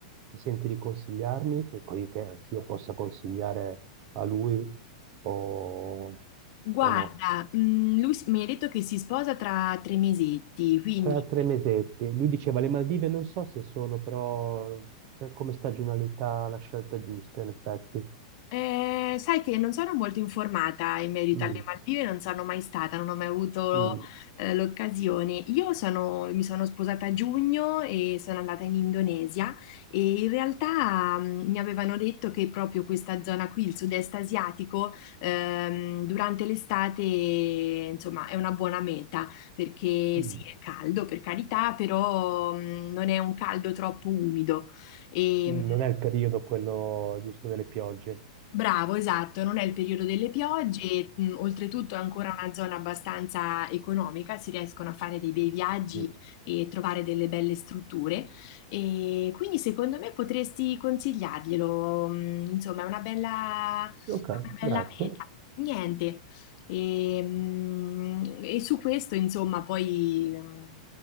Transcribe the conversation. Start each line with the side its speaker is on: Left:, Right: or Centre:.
Right: ti senti di consigliarmi, che così che anch'io possa consigliare a lui o,
Left: Guarda,
Right: o no?
Left: mm, lui s- mi ha detto che si sposa tra tre mesetti, quindi
Right: Tra tre mesetti, lui diceva le Maldive non so se sono però eh, come stagionalità la scelta giusta in effetti.
Left: Eh, sai che non sono molto informata in merito
Right: Mm,
Left: alle Maldive, non sono mai stata, non ho mai avuto
Right: mm,
Left: eh, l'occasione. Io sono- mi sono sposata a giugno e sono andata in Indonesia e in realtà mm, mi avevano detto che proprio questa zona qui, il sud-est asiatico, ehm, durante l'estate, insomma, è una buona meta perché
Right: mm.
Left: sì, è caldo per carità, però mm, non è un caldo troppo umido. E,
Right: mm. Non è il periodo quello giusto delle piogge.
Left: Bravo, esatto, non è il periodo delle piogge, e, mh, oltretutto è ancora una zona abbastanza economica, si riescono a fare dei bei viaggi
Right: Mm.
Left: e trovare delle belle strutture e quindi secondo me potresti consigliarglielo, mh, insomma è una bella,
Right: Ok,
Left: una bella
Right: grazie.
Left: meta. Niente, e, mh, e su questo insomma poi mh,